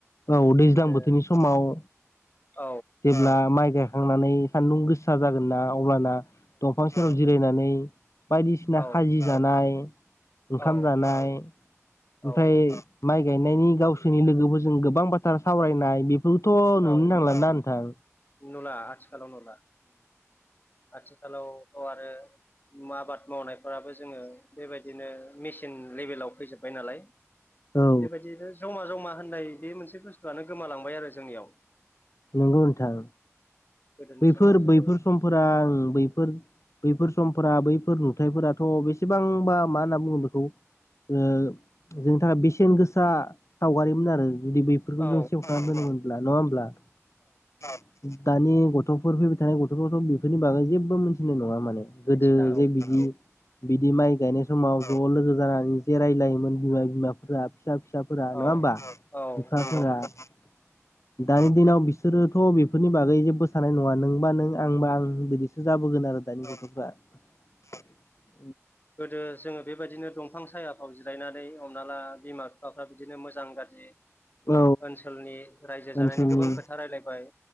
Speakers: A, on the left; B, on the left.
A: औ दैज्लां
B: आरो
A: बोथोरनि समाव
B: औ
A: जेब्ला माइ गायखांनानै सान्दुं गोसा जागोन ना अब्लाना दंफां सेराव जिरायनानै बायदिसिना
B: औ
A: खाजि जानाय ओंखाम
B: औ
A: जानाय ओमफ्राय
B: औ
A: माइ गायनायनि गावसोरनि लोगोफोरजों गोबां बाथ्रा सावरायनाय बे बेथ'
B: औ
A: नुनो थांलाना नोंथां
B: नुला आथिखालाव नुला आथिखालाव आरो आबाद मावनायफोराबो जोङो बेबायदिनो मेसिन लेभेलाव फैजोब्बाय नालाय
A: औ
B: बेबायदिनो जमा-जमा होननाय बे मोनसे बु स्थुआनो गोमालांबाय आरो जोंनियाव
A: नंगौ नोंथां
B: गोदोनि
A: बैफोर-बैफोर
B: समाव जोङो
A: समफोरा आं बैफोर बैफोर समफोरा बैफोर नुथायफोराथ' बेसेबांबा मा होनना बुङो बेखौ ओ जोंनि थाखाय बेसेन गोसा सावगारिमोन आरो जुदि बैफोरखौ
B: औ
A: जों सेभ खालामना दोंनोमोनब्ला नङा होमब्ला औ दानि गथ'फोर फैबाय थानाय गथ'फोरखौथ' बेफोरनि बागै जेबो मोनथिनाय नङा माने गोदो
B: मिथिला
A: जे
B: औ
A: बिदि औ बिदि माइ गायनाय समाव औ ज' लोगो जानानै जे रायजलायोमोन बिमा- बिमाफोरा फिसा फिसाफोरा
B: औ
A: नङा होनबा औ-औ
B: औ
A: बिफाफोरा
B: नंगौ
A: औ दानि दिनाव बिसोरोथ' बेफोरनि बागै जेबो सानाय नङा नोंबा नों आंबा आं बिदिसो जाबोगोन आरो औ दानि गथ'फ्रा औ
B: गोदो जोङो बेबायदिनो दंफां साया फोराव जिरायनानै हमना ला बिमा-बिफाफ्रा बिदिनो मोजां-गाज्रि
A: औ
B: ओनसोलनि रायजो
A: ओनसोलनि
B: जानायनि गोबां खोथा रायलायबाय